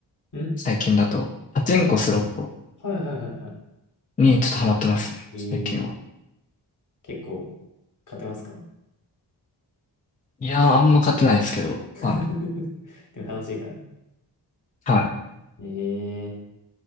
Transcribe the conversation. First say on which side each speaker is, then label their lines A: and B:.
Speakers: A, on the left; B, on the left.
A: い。ん
B: 最近だと、パチンコスロット
A: はいはい。はいはいはいは
B: にちょっとハマってますね、
A: い。
B: 最近は。
A: えー、結構、勝てますか
B: いやー、あんま勝ってないですけど、はい。
A: <laughs> でも楽しいから。
B: はい。
A: ええ